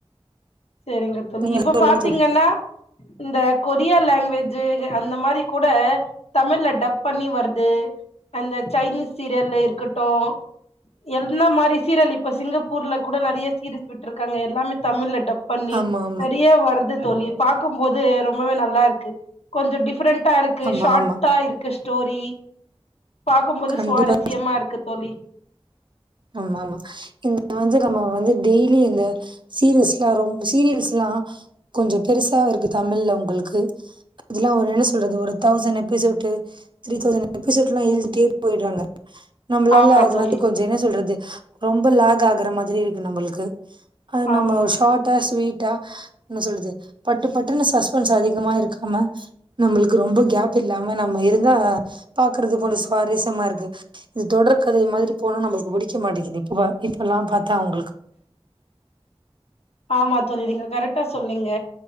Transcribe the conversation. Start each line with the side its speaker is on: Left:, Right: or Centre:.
Left: சேரிங்க தோழி
Right: நீங்க
Left: இப்ப
Right: சொல்லுங்க
Left: பாத்தீங்கன்னா
Right: தோழி
Left: இந்த கொரியா லாங்வேஜு அந்த மாரி கூட தமிழ்ல டப் பண்ணி வருது அந்த சைனீஸ் சீரியல்ல இருக்கட்டு என்ன மாரி சீரியல் இப்ப சிங்கப்பூர்ல கூட நறைய சீரிஸ் விட்ருக்காங்க எல்லாமே தமிழ்ல டப் பண்ணி
Right: ஆமா ஆமா
Left: சரியா வர்து தோழி பாக்கும்போது ரொம்பவே நல்லா இருக்கு கொஞ்சொ டிஃப்ரெண் ட்டா இருக்கு
Right: ஆமா
Left: ஷாட்டா
Right: ஆமா
Left: இருக்கு ஸ்டோரி பாக்கும்போது
Right: கண்டிப்பா
Left: சுவாரஸ்யமா இருக்கு தோழி
Right: ஆமாமா இந்த வந்து நம்ம வந்து டெய்லி இந்த சீரிஸ்லா ரொம்ப சீரியல்ஸ்லா கொஞ்சப் பெருசா இருக்கு தமிழ்ல உங்களுக்கு அதுல்லா ஒரு என்ன சொல்றது ஒரு தௌசண் எபிசோட்டு த்ரீ தௌசண் எபிசோட்லா எழுதிட்டே போய்ட்றாங்க நம்ப்ளால
Left: ஆமா
Right: அது
Left: தோழி
Right: வந்து கொஞ் ச என்ன சொல்றது ரொம்ப லாக் ஆகுற மாதிரி இருக்கு நம்மளுக்கு அது
Left: ஆமா
Right: நம்ம ஷாட் டா ஸ்வீட்டா என்ன சொல்றது பட்டு பட்டுன்னு சஸ்பென்ஸ் அதிகமா இருக்காமா நம்மளுக்கு ரொம்ப கேப் இல்லாம நம்ம இருந்தா அதா பாக்குறது கொஞ்சொ சுவாரஸ்யமா இருக்கு இது தொடர் கதை மாதிரி போனா நம்மளுக்கு புடிக்க மாட்டிக்கிது இப்ப இப்பல்லா பாத்தா உங்களுக்கு
Left: ஆமா தோழி நீங்க கரெக்ட்டா சொன்னீங்க